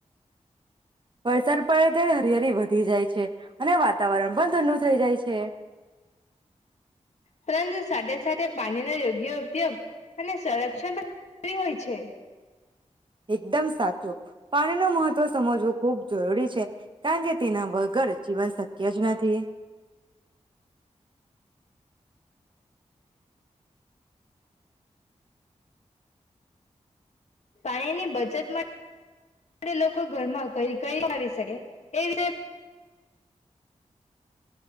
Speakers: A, on the right (about 40°); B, on the left (about 60°).
A: વરસાદ પડે ત્યારે હરિયાળી વધી જાય છે અને વાતાવરણ પણ ઠંડુ થઈ જાય છે
B: પરંતુ સાથે સાથે પાણીનો યોગ્ય ઉપયોગ અને સંરક્ષણ <unintelligible> હોય છે.
A: એકદમ સાચું પાણી ન મહત્વ સમજવું ખૂબ જરૂરી છે કારણ કે તેના વગર જીવન શક્ય જ નથી.
B: પાણીની બચત મા લોકો ઘરમાં ક કઈ આવી શકે એ વિષ